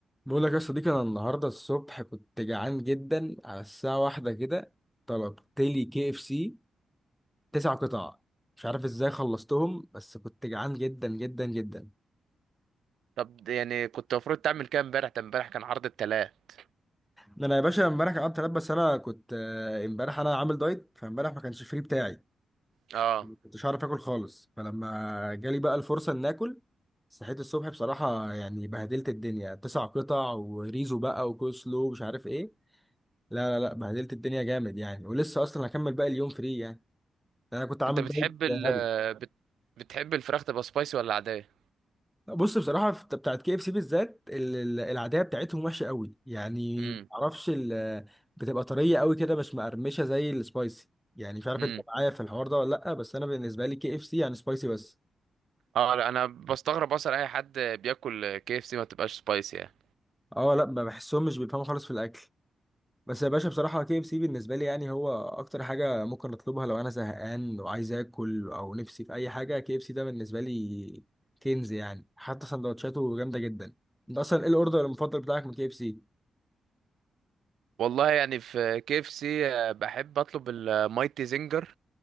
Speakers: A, in the centre; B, on the right.
A: بقول لك يا صديقي انا النهارده الصبح كنت جعان جدا على الساعه واحدة كده طلبت لي كي اف سي تسع قطع مش عارف ازاي خلصتهم بس كنت جعان جدا جدا جدا
B: طب يعني كنت المفروض تعمل كده امبارح ده امبارح كان عرض التلات
A: ده انا يا باشا امبارح قعدت انام بس انا كنت آه، امبارح انا عامل دايت فامبارح ما كانش فري بتاعي
B: اه
A: ما كنتش عارف اكل خالص فلما جالي بقى الفرصه ان اكل صحيت الصبح بصراحه يعني بهدلت الدنيا تسع قطع وريزو بقى وكوسلو ومش عارف ايه لا لا لا بهدلت الدنيا جامد يعني ولسه اصلا هكمل باقي اليوم فري يعني يعني انا كنت عامل
B: انت بتحب
A: دايت
B: ال
A: غبي
B: بت... بتحب الفراخ تبقى سبايسي ولا عادية
A: بص بصراحه في- بتاعت كي اف سي بالذات ال- ال- العاديه بتاعتهم وحشه قوي يعني
B: امم
A: معرفش ال- بتبقى طريه قوي كده مش مقرمشه زي السبايسي يعني مش عارف
B: امم
A: انت معايا في الحوار ده ولا لا بس انا بالنسبه لي كي اف سي يعني سبايسي بس
B: اه لا انا بستغرب اصلا اي حد بياكل كي اف سي ما بتبقاش سبايسي يعني
A: اه لا ما بحسهم مش بيفهموا خالص في الاكل بس يا باشا بصراحه كي اف سي بالنسبه لي يعني هو اكتر حاجه ممكن اطلبها لو انا زهقان وعايز اكل او نفسي في اي حاجه كي اف سي ده بالنسبه لي كنز يعني حتى سندوتشاته جامده جدا انت اصلا ايه الاوردر المفضل بتاعك من كي اف سي
B: والله يعني في كي اف سي بحب اطلب المايتي زنجر